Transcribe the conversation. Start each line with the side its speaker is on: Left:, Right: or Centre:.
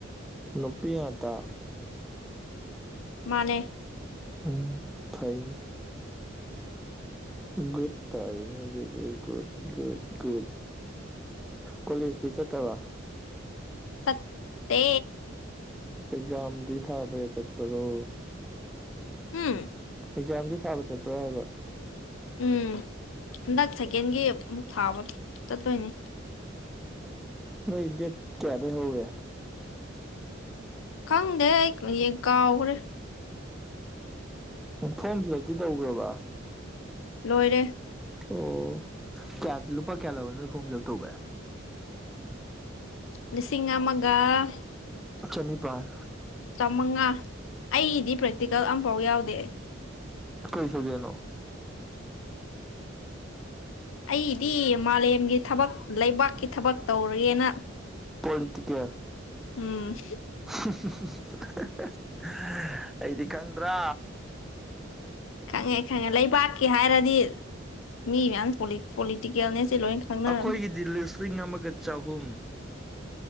Centre: ꯅꯨꯄꯤ ꯉꯥꯛꯇ
Left: ꯃꯥꯅꯦ
Centre: ꯎꯝ ꯐꯩꯅꯦ ꯒꯨꯠ ꯇꯥꯔꯦꯅꯦ ꯑꯗꯨꯗꯤ ꯒꯨꯨꯠ ꯒꯨꯠ ꯒꯨꯠ ꯀꯣꯂꯦꯖꯇꯤ ꯆꯠꯇꯕ
Left: ꯆꯠꯇꯦ
Centre: ꯑꯦꯛꯖꯥꯝꯗꯤ ꯊꯥꯕ ꯌꯥ ꯆꯠꯄ꯭ꯔꯣ
Left: ꯍꯝ
Centre: ꯑꯦꯛꯖꯥꯝꯗꯤ ꯊꯥꯕ ꯆꯠꯄ꯭ꯔꯥ ꯍꯥꯏꯕ?
Left: ꯎꯝ ꯍꯟꯗꯛ ꯁꯦꯀꯦꯟꯒꯤ ꯑꯃꯨꯛ ꯊꯥꯕ ꯆꯠꯇꯣꯏꯅꯤ꯫
Centre: ꯅꯣꯏ ꯗꯦꯠ ꯀꯌꯥꯗꯩ ꯍꯧꯋꯤ?
Left: ꯈꯪꯗꯦ ꯑꯩ ꯀꯥꯎꯒ꯭ꯔꯦ꯫
Centre: ꯐꯣꯔꯝ ꯐꯤꯜ ꯑꯞꯇꯤ ꯇꯧꯒ꯭ꯔꯕ?
Left: ꯂꯣꯏꯔꯦ
Centre: ꯑꯣ ꯀꯌꯥ ꯂꯨꯄꯥ ꯀꯌꯥ ꯂꯧꯔꯦ ꯅꯣꯏ ꯐꯣꯝ ꯐꯤꯜꯑꯞ ꯇꯧꯕꯩ?
Left: ꯂꯤꯁꯤꯡ ꯑꯃꯒ
Centre: ꯆꯅꯤꯄꯥꯟ
Left: ꯆꯥꯃꯉꯥ ꯑꯩꯗꯤ ꯄ꯭ꯔꯦꯛꯇꯤꯀꯦꯜ ꯑꯃꯝꯐꯥꯎ ꯌꯥꯎꯗꯦ꯫
Centre: ꯀꯩ ꯁꯞꯖꯦꯛꯅꯣ?
Left: ꯑꯩꯒꯤꯗꯤ ꯃꯥꯂꯦꯝꯒꯤ ꯊꯕꯛ ꯂꯩꯕꯥꯛꯀꯤ ꯊꯕꯛ ꯇꯧꯔꯒꯦꯅ
Centre: ꯄꯣꯂꯤꯇꯤ ꯀꯦꯜ
Left: ꯎꯝ
Centre: <unintelligible> ꯑꯩꯗꯤ ꯈꯪꯗ꯭ꯔꯥ
Left: ꯈꯪꯉꯦ - ꯈꯪꯉꯦ ꯂꯩꯕꯥꯛꯀꯤ ꯍꯥꯏꯔꯗꯤ ꯃꯤ ꯃꯌꯥꯝ ꯄꯣꯂꯤ ꯄꯣꯂꯤꯇꯤꯀꯦꯜꯅꯦꯁꯦ ꯂꯣꯏ ꯈꯪꯅꯔꯕꯅꯦ
Centre: ꯑꯈꯣꯏꯒꯤꯗꯤ ꯂꯤꯁꯤꯡ ꯑꯃꯒ ꯆꯍꯨꯝ